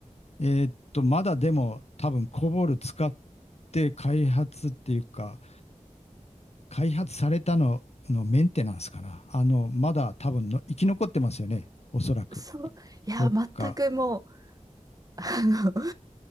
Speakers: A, on the left (about 55°); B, on the right (about 30°).
A: えーっと、まだでも多分コボル使って開発っていうか、開発されたののメンテナンスかな。あの、まだ多分の生き残ってますよね。おそらく。
B: そう、いや、
A: どっか。
B: 全くもう、あの